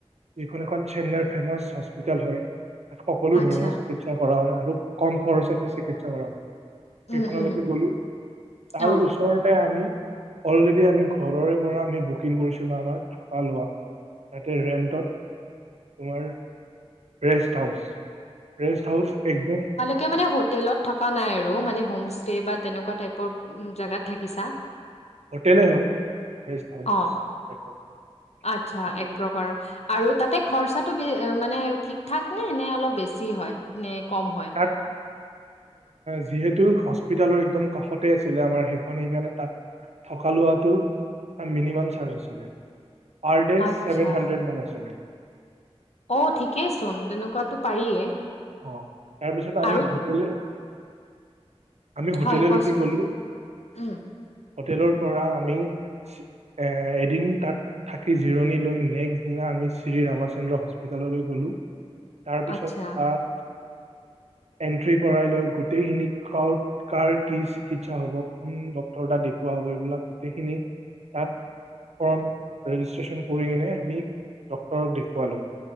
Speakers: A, on the right (about 75°); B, on the left (about 75°).
A: যিখন এখন চেন্নাইৰ ফেমাচ হস্পিতেল হয়। তাত সকলো
B: আচ্ছা
A: ধৰণৰ চিকিৎসা কৰা হয়। <unintelligible> কম খৰচতে চিকিৎসা কৰা হয়। সেইখনলৈকে
B: উম উম
A: গ'লো তাৰ
B: অ
A: ওচৰতে আমি। অলৰেডি আমি ঘৰৰে পৰা আমি বুকিং কৰিছিলোঁ আমাৰ থকা লোৱা তাতে ৰেণ্টত তোমাৰ ৰেষ্ট হাউচ। ৰেষ্ট হাউচ একদম।
B: কে মানে হোটেলত থকা নাই আৰু মানে হোম ষ্টে বা তেনেকুৱা টাইপৰ জোগাত থাকিছা?
A: হোটেলে হয় ৰেষ্ট হাউচ
B: অ'
A: এক প্ৰকাৰ
B: আচ্ছা
A: সেইখন
B: এক প্ৰকাৰৰ আৰু তাতে। খৰচাটো বে মানে ঠিক ঠাক নে- নে অলপ বেছি হয়। নে কম হয়।
A: তাত যিহেতু হস্পিতালৰ একদম কাষতে আছিলে আমাৰ সেইখন সেইকাৰণে তাত থকা লোৱাটো এটা মিনিমাম চাৰ্জ আছিলে। পাৰডে
B: আচ্ছা,
A: ছেভেন হাড্ৰেড মান আছিলে।
B: অ' ঠিকেইচোন তেনেকুৱাতো পাৰিয়ে।
A: অ' তাৰপিছত আমি
B: আৰু
A: হোটেল। আমি হোটেললৈকে
B: হয় কোৱাচোন?
A: গ'লো।
B: উম,
A: হোটেলৰ পৰা আমি এ এদিন তাত থাকি জিৰণি লৈ নেক্সট দিনা আমি শ্ৰী ৰামচন্দ্ৰ হস্পিতাললৈ গলো তাৰ পিছত
B: আচ্ছা
A: তাত এন্ট্ৰি কৰাই লৈ গোটেইখিনি কাৰ কাৰ কি চিকিৎসা হব কোন ডক্টৰ তাত দেখুওৱা হব এইবিলাক গোটেইখিনি তাত ফ্ৰম ৰেজিষ্ট্ৰেশ্যন কৰি কিনে আমি ডক্টৰক দেখুৱালো